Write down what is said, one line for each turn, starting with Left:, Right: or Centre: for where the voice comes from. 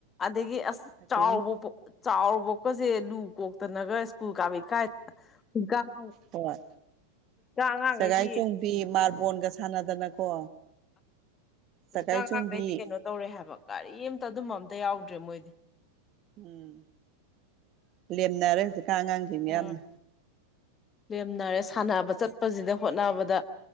Left: ꯑꯗꯒꯤ ꯑꯁ
Right: ꯑꯗꯒꯤ
Left: ꯆꯥꯎꯕ ꯆꯥꯎꯔꯕꯣꯛꯀꯁꯦ ꯂꯨ ꯀꯣꯛꯇꯅꯒ ꯁ꯭ꯀꯨꯜ ꯀꯥꯕꯩ ꯀꯥꯏꯗ꯫ <unintelligible>
Right: ꯍꯣꯏ
Left: ꯑꯉꯥꯡꯈꯩꯗꯤ
Right: ꯁꯒꯥꯏ ꯆꯣꯡꯕꯤ ꯃꯥꯔꯕꯣꯟꯒ ꯁꯥꯟꯅꯗꯅꯀꯣ
Left: ꯍꯧꯖꯤꯛꯀꯥꯟ
Right: ꯁꯒꯥꯏ ꯆꯣꯡꯕꯤ
Left: ꯑꯉꯥꯡꯈꯩꯗꯤ ꯀꯩꯅꯣ ꯇꯧꯔꯦ ꯍꯥꯏꯕ ꯀꯔꯤꯝꯇ ꯑꯗꯨꯝꯕ ꯑꯝꯇ ꯌꯥꯎꯗ꯭ꯔꯦ ꯃꯣꯏꯗꯤ
Right: ꯎꯝ ꯂꯦꯝꯅꯔꯦ ꯍꯧꯖꯤꯛ ꯀꯥꯟ ꯑꯉꯥꯡꯁꯤꯡꯁꯤ
Left: ꯎꯝ
Right: ꯌꯥꯝꯅ
Left: ꯂꯦꯝꯅꯔꯦ ꯁꯥꯟꯅꯕ ꯆꯠꯄꯁꯤꯗ ꯍꯣꯠꯅꯕꯗ